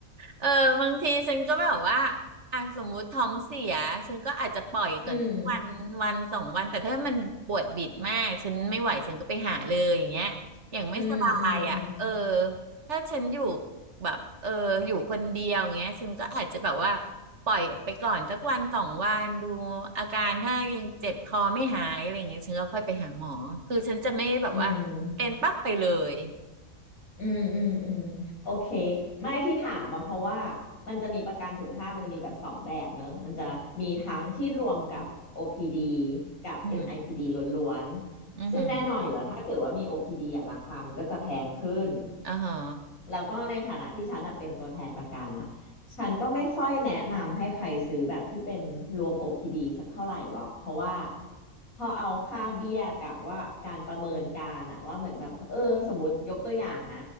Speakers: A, on the right; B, on the left.
A: เออบางทีฉันก็แบบว่าอ่ะสมมุติท้องเสียฉันก็อาจจะปล่อยก่อนสักวันวันสองวันแต่ถ้ามันปวดบิดมากฉันไม่ไหวฉันก็ไปหาเลยอย่างเงี้ยอย่างไม่สบายอ่ะเออ
B: อืมอืมอืมอืม
A: ถ้าฉันอยู่แบบเอออยู่คนเดียวอย่างเงี้ยฉันก็อาจจะแบบว่าปล่อยไปก่อนสักวันสองวันดูอาการถ้ายังเจ็บคอไม่หายอะไรอย่างเงี้ยฉันก็ค่อยไปหาหมอคือฉันจะไม่แบบว่าเป็นปั๊บไปเลย
B: อืม อืมอืมอืมโอเคไม่ที่ถามมาเพราะว่ามันจะมีประกันสุขภาพมันจะมีแบบสองแบบเนอะมันจะมีทั้งที่รวมกับ OPD กับเป็น
A: อืม
B: IPD ล้วนๆซึ่งแน่นอนอยู่แล้วถ้าเกิดว่ามี
A: อือหือ
B: OPD อพีดีอะราคามันก็จะแพงขึ้น
A: อ่าฮะ
B: แล้วก็ในฐานะที่ฉันอะเป็นตัวแทนประกันอะฉันก็ไม่ค่อยแนะนำให้ใครซื้อแบบที่เป็นรวม OPD สักเท่าไหร่หรอกเพราะว่าพอเอาค่าเบี้ยกับว่าการประเมินการอะว่าเหมือนแบบเออสมมติยกตัวอย่างนะ